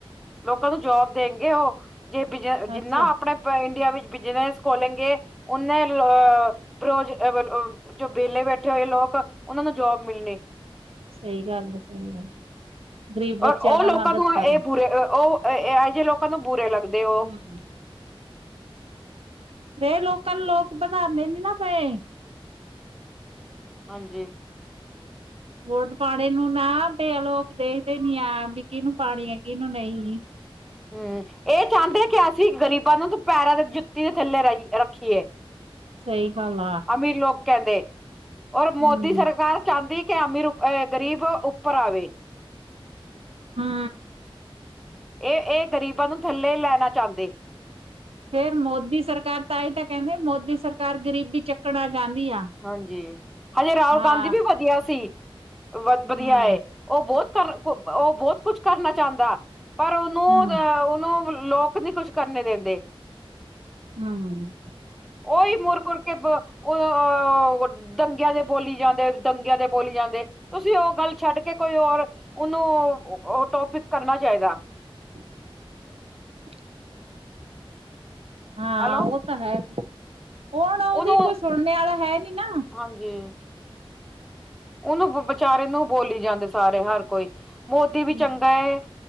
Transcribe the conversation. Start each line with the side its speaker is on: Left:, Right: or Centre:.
Centre: ਲੋਕਾਂ ਨੂੰ ਜੋਬ ਦੇਗੇ ਗੇ ਉਹ, ਜੇ ਬਿਜ ਅ ਜਿੰਨਾ
Right: ਅੱਛਾ
Centre: ਆਪਣੇ ਸਾਰੇ ਇੰਡੀਆ ਵਿੱਚ ਬਿਜਨਸ ਖੋਲਣਗੇ ਉਹਨੇੋ ਹੀ ਲੋ ਬਰੋਜ ਜੋ ਵਿਹਲੇ ਬੈਠੇ ਹੋਏ ਲੋਕ, ਉਹਨਾਂ ਨੂੰ ਜੋਬ ਮਿਲਣੀ।
Right: ਸਹੀ ਗੱਲ ਆ ਸਹੀ ਗੱਲ? ਗ਼ਰੀਬ ਬੱਚਿਆਂ
Centre: ਔਰ ਉਹ
Right: ਦਾ
Centre: ਲੋਕਾਂ
Right: ਮਦਦ
Centre: ਨੂੰ
Right: ਕਰੋ
Centre: ਇਹ ਬੁਰੇ ਉਹ ਇਹ ਜਿਹੇ ਲੋਕਾਂ ਨੂੰ ਬੁਰੇ ਲੱਗਦੇ। ਉਹ
Right: ਹੂੰ। ਦੇ ਲੋਕਾਂ ਨੂੰ ਲੋਕ ਪਧਾਂਦੇ ਨੀ ਨਾ ਪਏ।
Centre: ਹਾਂਜੀ।
Right: ਵੋਟ ਪਾਣੇ ਨੂੰ ਨਾ ਤੇ ਲੋਕ ਦੇਖਦੇ ਨੀ ਆ ਵੀ ਕਿਹਨੂੰ ਪਾਣੀ ਆ ਕਿਹਨੂੰ ਨਹੀਂ।
Centre: ਹੂੰ, ਇਹ ਚਾਹੁੰਦੇ ਕਿ ਅਸੀਂ ਗ਼ਰੀਬਾਂ ਨੂੰ ਦੋ ਪੈਰਾਂ ਦੀ ਜੁੱਤੀ ਦੇ ਥੱਲੇ ਰਹੀ ਰੱਖੀਏ।
Right: ਸਹੀ ਗਾਲ ਆ।
Centre: ਅਮੀਰ ਲੋਕ ਕਹਿੰਦੇ, ਔਰ ਮੋਦੀ
Right: ਹਮ
Centre: ਸਰਕਾਰ ਚਾਹੁੰਦੀ ਕਿ ਅਮੀਰ ਅ ਗ਼ਰੀਬ ਉੱਪਰ ਆਵੇ।
Right: ਹੂੰ।
Centre: ਇਹ- ਇਹ ਗ਼ਰੀਬਾਂ ਨੂੰਤੇ ਲੋ ਥੱਲੇ ਲੈਣਾ ਚਾਹੁੰਦੇ।
Right: ਫੇਰ ਮੋਦੀ ਸਰਕਾਰ ਤਾਂਈ ਤਾਂ ਕਹਿੰਦੇ ਮੋਦੀ ਸਰਕਾਰ ਗਰੀਬੀ ਚੱਕਣਾ ਚਾਹੁੰਦੀ ਆ।
Centre: ਹਾਂਜੀ, ਹਜੇ ਰਾਹੁਲ
Right: ਹਾਂ
Centre: ਗਾਂਧੀ ਵੀ ਵਧੀਆ ਸੀ, ਵਧੀ- ਵਧੀਆ
Right: ਹੂੰ
Centre: ਏ, ਉਹ ਬਹੁਤ ਪਰ ਓ ਹ ਬਹੁਤ ਕੁਛ ਕਰਨਾ ਚਾਹੁੰਦਾ, ਪਰ ਉਹਨੂੰ
Right: ਹੂੰ
Centre: ਅਹ ਉਹਨੂੰ ਲੋਕ ਨੀ ਕੁੱਛ ਕਰਨੇ ਦਿੰਦੇ।
Right: ਹੂੰ- ਹੂੰ।
Centre: ਉਹੀ ਮੁੁਰ- ਕੁੁਰ ਕੇ ਬ ਉਹ ਉਹ ਦੰਗਿਆਂ ਦੇ ਬੋਲੀ ਜਾਂਦੇ, ਦੰਗਿਆਂ ਦੇ ਬੋਲੀ ਜਾਂਦੇ, ਤੁਸੀਂ ਉਹ ਗੱਲ ਛੱਡ ਕੇ ਕੋਈ ਔਰ, ਉਹਨੂੰ ਓ ਟੋਪਿਕ ਕਰਨਾ ਚਾਹੀਦਾ।
Right: <unintelligible> ਹਾਂ
Centre: ਹੈਲੋ
Right: ਉਹ ਤਾਂ ਹੈ, ਉਹ ਨਾ ਉਹਦੀ
Centre: ਉਹਨੂੰ
Right: ਕੋਈ ਸੁਣਨੇਆ ਲਾ ਹੈ ਨੀ ਨਾ।
Centre: ਹਾਂਜੀ। ਉਹਨੂੰ ਵਿਚਾਰੇ ਨੂੰ ਬੋਲੀ ਜਾਂਦੇ ਸਾਰੇ ਹਰ ਕੋਈ, ਮੋਦੀ ਵੀ
Right: ਹੂੰ
Centre: ਚੰਗਾ ਹੈ।